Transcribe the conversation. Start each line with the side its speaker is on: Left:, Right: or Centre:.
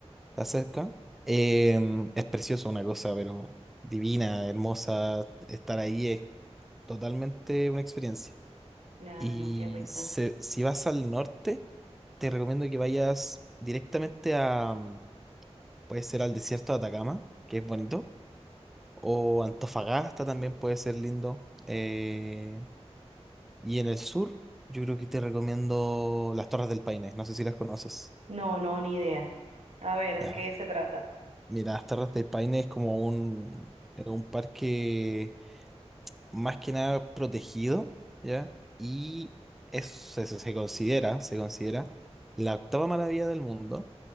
Centre: está cerca. Em, es precioso una cosa, pero divina, hermosa. Estar ahí es totalmente una experiencia.
Right: Ay,
Centre: Y
Right: no, qué rico.
Centre: se- si vas al norte, te recomiendo que vayas directamente a, mm, puede ser al desierto de Atacama, que es bonito, o Antofagasta también puede ser lindo. Eh, y en el sur, yo creo que te recomiendo las Torres del Paine, no sé si las conoces.
Right: No, no, ni idea. A ver, ¿de
Centre: Ya,
Right: qué se trata?
Centre: mira, las Torres del Paine es como un, es un parque más que nada protegido, ¿ya? Y es, se, se- se considera, se considera la octava maravilla del mundo.